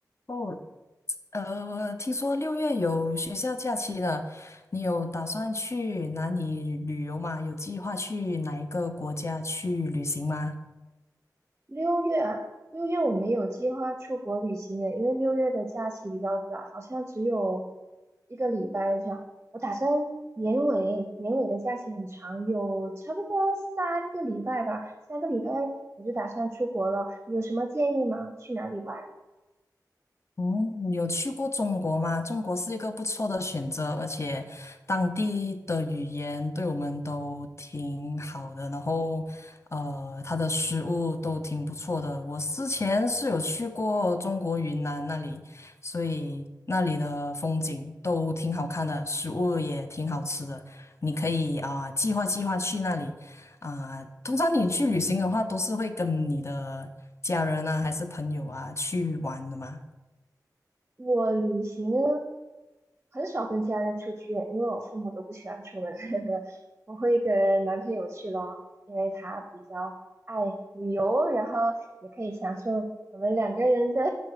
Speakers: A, on the left (about 40°); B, on the right (about 25°).
A: 哦，呃，听说六月有学校假期了，你有打算去哪里旅游吗？有计划去哪一个国家去旅行吗？
B: 六月啊，六月我没有计划出国旅行的，因为六月的假期比较短，好像只有一个礼拜这样。我打算年尾，年尾的假期很长，有差不多三个礼拜吧，三个礼拜我就打算出国了。你有什么建议吗？去哪里玩？
A: 嗯，有去过中国吗？中国是一个不错的选择，而且当地的语言对我们都挺好的，然后呃，它的食物都挺不错的。我之前是有去过中国云南那里，所以那里的风景都挺好看的，食物也挺好吃的。你可以啊、计划计划去那里啊、通常你去旅行的话，都是会跟你的家人啊，还是朋友啊去玩的嘛。
B: 我旅行呢很少跟家人出去，因为我父母都不喜欢出门。<laughs> 我会跟男朋友去咯，因为他比较爱旅游，然后也可以享受我们两个人的